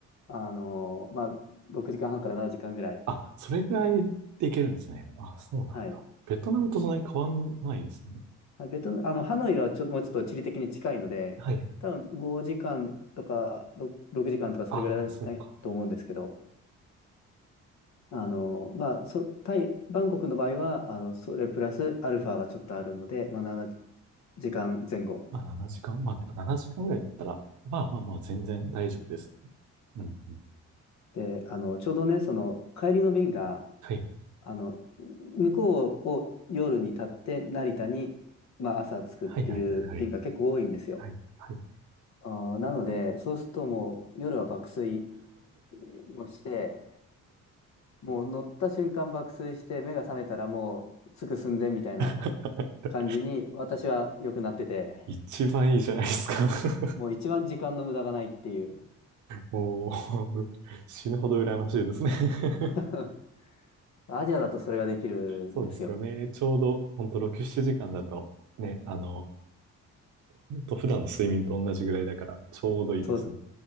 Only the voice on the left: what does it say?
あの、まあ6時間半から7時間ぐらい。
はい。
ベトナム、あの、ハノイはちょ、もうちょっと地理的に近いので、
多分5時間とか6、6時間とかそれぐらいだと思うんですけど、
あの、まあ、そ、タイ、バンコクの場合は、あの、それプラスアルファがちょっとあるので、まあ、7時間前後。
で、あの、ちょうどね、その、帰りの便が、
あの、向こうを夜に立って、成田に、まあ、朝着くっていう便が結構多いんですよ。
あー、なので、そうするともう、夜は爆睡もして、もう乗った瞬間爆睡して、目が覚めたらもう、着く寸前みたいな
感じに、私は良くなってて、
もう一番時間の無駄がないっていう。
<laughs>
アジアだとそれができるんですよ。
そうそう、